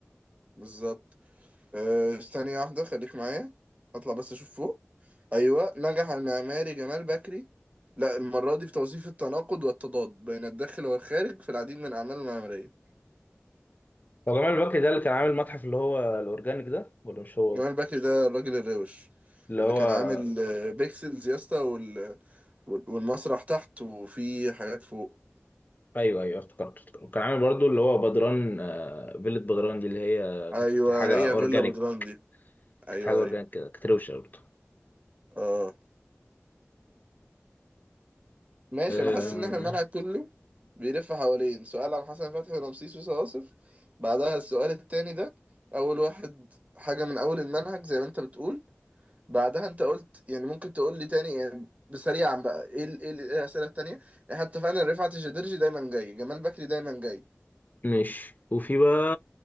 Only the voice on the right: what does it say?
بالظبط أه ثانية واحدة خليك معايا اطلع بس اشوف فوق ايوه نجح المعماري جمال بكري لا المرة دي في توظيف التناقض والتضاد بين الداخل والخارج في العديد من اعماله المعمارية
جمال بكري ده الراجل الروش
اللي
كان عامل آه، بيكسلز يا اسطى وال... وال- والمسرح تحت وفي حاجات فوق
ايوه
هي
فيلا بجراندي ايوه
ايوه
اه ماشي
انا حاسس ان احنا الملعب كله بيلف حوالين سؤال عن حسن فتحي ورمسيس وصواصف بعدها السؤال التاني ده اول واحد حاجة من اول المنهج زي ما انت بتقول بعدها انت قلت يعني ممكن تقول لي تاني يعني بسريعا بقى ايه ال- ايه ال- إيه الاسئلة التانية احنا اتفقنا ان رفعت الجديرجي دايما جاي جمال بكري دايما جاي